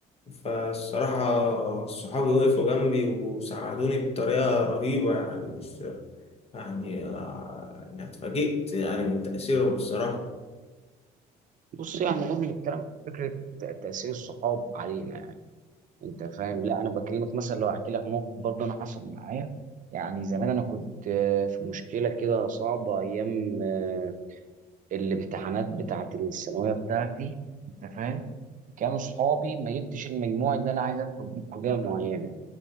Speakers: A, on the left; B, on the right.
A: فالصراحة صحابي وقفوا جنبي وساعدوني بطريقة رهيبة يعني مش يعني آه، أنا اتفاجئت يعني من تأثيرهم الصراحة
B: بص يعني لازم نتكلم في فكره تاثير الصحاب علينا يعني انت فاهم لا انا بكلمك مثلا لو احكي لك موقف برضه انا حصل معايا يعني زمان انا كنت آه، في مشكله كده صعبه ايام آه، الامتحانات بتاعه الثانويه بتاعتي انت فاهم كانوا صحابي ما جبتش المجموع اللي انا عايز ادخل بيه كليه معينه